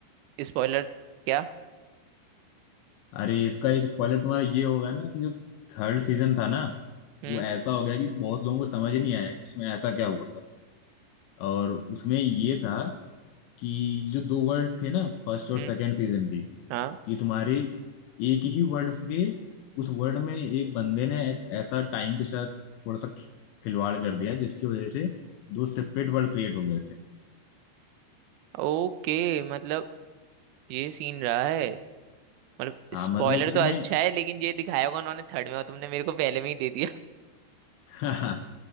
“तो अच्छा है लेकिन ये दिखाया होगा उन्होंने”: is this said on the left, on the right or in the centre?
Right